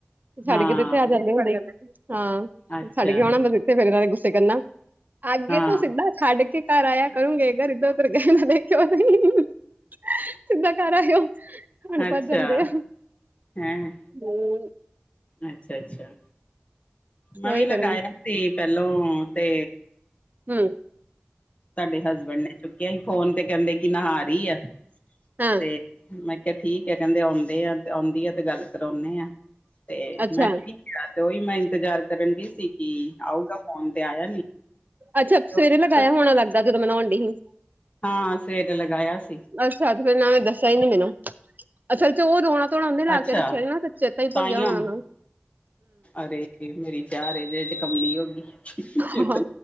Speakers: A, on the right; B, on the left.
A: ਛੱਡ
B: ਹਾਂ,
A: ਕੇ ਤੇ ਏੱਥੇ ਆ ਜਾਂਦੇ ਸਾਡੇ ਘਰ, ਹਾਂ।
B: ਅੱਛਾ,
A: ਛੱਡ ਕੇ ਔਣਾ ਬਸ ਇੱਥੇ ਫੇਰ ਏਨਾਂ ਨੇ ਗੁੱਸੇ ਕਰਨਾ ਅੱਗੇ
B: ਹਾਂ,
A: ਤੋਂ ਸਿੱਧਾ ਛੱਡ ਕੇ ਘਰ ਆਇਆ ਕਰੂੰਗੇੇ। ਅਗਰ ਏੱਧਰ ਓਧਰ ਗਏ ਨਾ ਤੇ ਕਯੋ ਨਹੀਂ। ਸਿੱਧਾ ਘਰ ਆਏਓ। ਅਨ
B: ਅੱਛਾ,
A: ਭੱਜ ਜਾਂਦੇ ਆ।
B: ਹੈਂ।
A: <unintelligible>
B: ਅੱਛਾ-ਅੱਛਾ ਮੈਂ ਵੀ
A: ਉਹੀ
B: ਲਗਾਇਐ
A: ਫਿਰ ਹਮ
B: ਤੀ ਪੇਲੋਂ ਤੇ
A: ਹੂੰ।
B: ਤਾਡੇ ਹਸਬੈਂਡ ਨੇ ਚੁੱਕਿਆ ਹੀ ਫੋਨ ਤੇ ਕੈਂਦੇ ਕਿ ਨਹਾ ਰੀ ਆ।
A: ਹਾਂ।
B: ਤੇ ਮੈਂ ਕਿਆ ਠੀਕ ਐ ਕੈਂਦੇ ਔਂਦੇ ਆ ਤੇ, ਔਂਦੀ ਆ ਤੇ ਗੱਲ ਕਰੌਨੇਂ ਆ। ਤੇ
A: ਅੱਛਾ
B: ਮੈਂ ਕ ਈ ਯਾ ਤੇ ਉਹੀ ਮੈਂ ਇੰਤਜ਼ਾਰ ਕਰਨ ਡਈ ਸੀ ਕਿ ਆਊਗਾ ਫੋਨ ਤੇ ਆਇਆ ਨੀ
A: ਅੱਛਾ
B: ਤੇ
A: ਸਵੇਰੇ ਲਗਾਇਆ ਹੋਣਾ ਲੱਗਦਾ ਜਦੋਂ ਮੈ ਨਾਉਣ ਡਈ ਹੀ
B: ਹਾਂ ਸੇਕ ਲਗਾਇਆ ਸ
A: ਅੱਛਾ ਤੇ ਫੇਰ ਉਨਾ ਨੇ ਦੱਸਿਆ ਹੀ ਨੀ ਮੈਨੂੰ ਅੱਛਾ ਤੇ ਉਹ ਰੋਣਕ ਥੋੜਾ ਉਹਨੇ ਲਾ
B: ਅੱਛਾ
A: ਕੇ ਰੱਖਿਆ ਸੀ ਨਾ ਤਾਂ ਚੇਤਾ ਹੀ
B: ਤਾਂਹੀਓ
A: ਭੁੱਲ ਗਿਆ ਉਹਨਾਂ ਨੂੰ
B: ਅਰੇ ਫੇਰ ਮੇਰੀ ਚਾਹ ਰਹਿ ਜਾਏ ਤੇ ਕਮਲੀ ਹੋ ਗਈੇ ਚੇਤਾ
A: ਹਮ